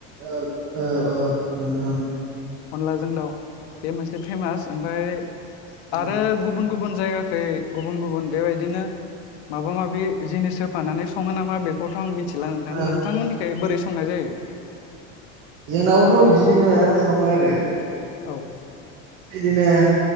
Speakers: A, on the right; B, on the left.
A: औ औ औ मोनदों।
B: अनलाजों दाउ बे मोनसे फेमास ओमफाय
A: ओ
B: आरो गुबुन गुबुन जायगाखै गुबुन गुबुन बेबायदिनो माबा माबि जिनिस होफानानै सङो नामा बेखौथ' आं मिथ थिला नोंथां
A: ओ
B: नोंथांमोननिखै बोरै संनाय जायो?
A: जोंनाबोथ' बिदिनो सङो आरो।
B: औ
A: बिदिनो